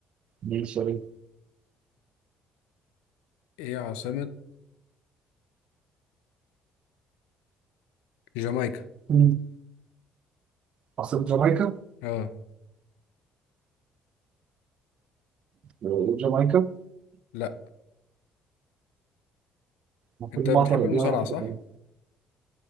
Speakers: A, on the right; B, on the left.
A: دي سؤال
B: ايه عاصمه جامايكا
A: مم. عاصمة جامايكا
B: اه
A: آه، جامايكا
B: لا
A: المفروض
B: انت
A: المعطى
B: بتحب
A: اللي
B: المصارعه
A: فيها واحدة
B: صح
A: كمان